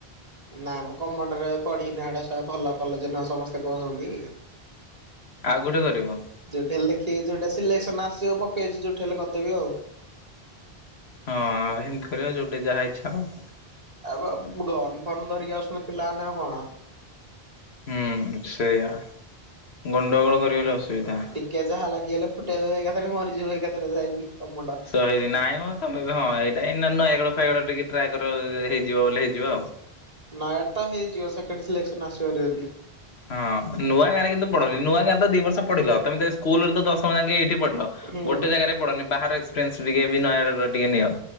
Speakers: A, on the right; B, on the left.
A: ନାଇଁ ମ କମଣ୍ଡରେ ପଢିକି ନା ଗୋଟେ ସ ଭଲ କଲେଜ ନୁହ ସମସ୍ତେ କହୁଛନ୍ତି।
B: ଆଉ କୋଉଠି କରିବ?
A: ଯୋଉଠି ହେଲେ ଦେଖିକି ଯୋଉଟା ସିଲେକ୍ସନ ଆସିବ ପକେଇଛି ଯୋଉଠି ହେଲେ କରିଦେବି ଆଉ।
B: ହଁ ହେମିତି କରିବା ଯୋଉଟେ ଯାହା ଇଚ୍ଛା ହବ।
A: ଏବେ ବ ଗନ ଫନ ଧରିକି ଆସୁଛନ୍ତି ପିଲାମାନେ ଆଉ କଣ।
B: ହୁଁ ସେଇଆ ଗଣ୍ଡଗୋଳ କରିବ ବୋଲି ଅସୁବିଧା।
A: କେ ଯାହା ଲାଗିଗଲେ ଫୁଟେଇଦେବେ ଏକଥାରେ ମରିଯିବ ଏକାଥରେ ଯାଇକି ତ ମୁଣ୍ଡ।
B: ତ ହେଇକି ନାଇଁ ମ ତମେ ବି ହଁ ଏଇଟା ଏ ନ-ନୟାଗଡ଼ ଫୟାଗଡ ରେ ଟିକେ ଟ୍ରାଏ କର ହେଇଯିବ ବୋଲି ହେଇଯିବ ଆଉ।
A: ନୟାଗଡ଼ ତ ହେଇଯିବ ସେକେଣ୍ଡ ସିଲେକ୍ସନ ଆସିବ ହେରି ଯଦି।
B: ହଁ ନୂଆ ଗାଁରେ କିନ୍ତୁ ପଢନି ନୂଆ ଗାଁରେ ତ ଦି ବର୍ଷ ପଢିଲ ତମେ ତ ସ୍କୁଲ ରେ ତ ଦଶମ ଯାଙ୍କେ ଏଇଠି ପଢିଲ।
A: ହୁଁ।
B: ଗୋଟେ ଜାଗାରେ ପଢନି ବାହାର ଏକ୍ସପେରିଏନ୍ସ ଟିକେ ବି ନୟାଗଡର ଟିକେ ନିଅ।